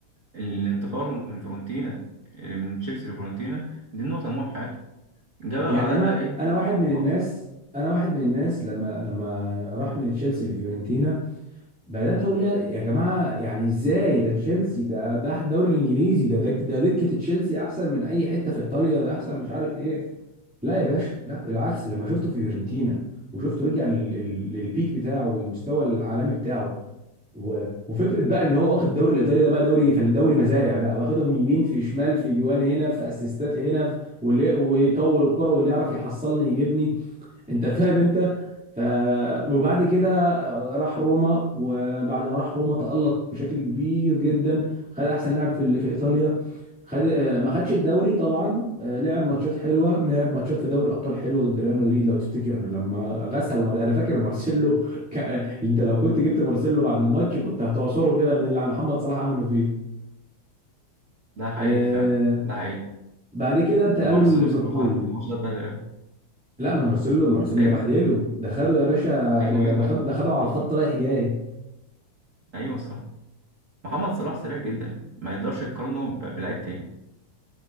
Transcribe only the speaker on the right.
الانتقال من فرونتينا من تشيلسي لفرونتينا دي النقطة المهمة في حياته جابها
بعدها
بقى ايه
صلاح
ده حقيقي
فعلا ده حقيقي
مارسيلو
صراحة واخد بدري قوي
ايوه
ايوه
ايوه
ايوه
ايوه
ايوه الصراحة محمد صلاح سريع جدا ما يقدرش يقارنه ب- بلعيب تاني